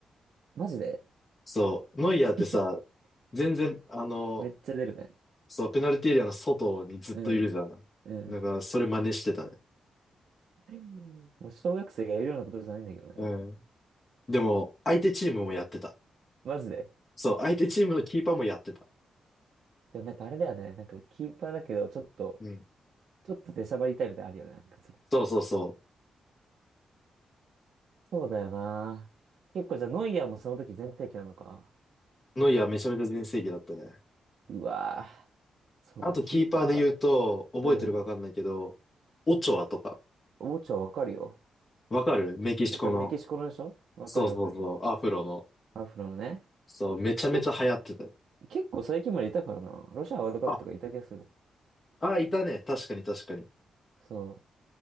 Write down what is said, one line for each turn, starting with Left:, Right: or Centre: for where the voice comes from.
Right: マジで
Left: そう、ノイアーってさ、
Right: <laughs>
Left: 全然、あの、
Right: めっちゃ出るね。
Left: そう、ペナルティーエリアの外にずっといるじゃん。
Right: うん。うん。
Left: だから、それ真似してたね。
Right: もう小学生がやるようなことじゃないんだけどね、
Left: うん。
Right: も
Left: でも、相手チームもやってた。
Right: う。マジで。
Left: そう、相手チームのキーパーもやってた。
Right: でもなんかあれだよね。なんかキーパーだけど、ちょっと
Left: うん。
Right: ちょっと出しゃばりタイプであるよね。なんかその
Left: そうそうそ
Right: そうだよな。結構じゃあノイアーもその時全盛期なのか。
Left: う。ノイアーめちゃめちゃ全盛期だったね。
Right: うわぁ。そうか、
Left: あと、
Right: キーパ
Left: キーパーで言うと、覚えてるかわかんないけど、
Right: ー。うん。
Left: オチョアとか、
Right: オチョわかるよ。
Left: わかるメキシコの。
Right: オチョメキシコのでしょわかるよわかるよ。
Left: そうそうそう、アフロの。
Right: アフロのね。
Left: そう、めちゃめちゃ流行ってたよ。
Right: け、結構最近までいたからな。ロシアワールドカップとかいた気がするもん。
Left: あ、あ、いたね。確かに確かに。
Right: そ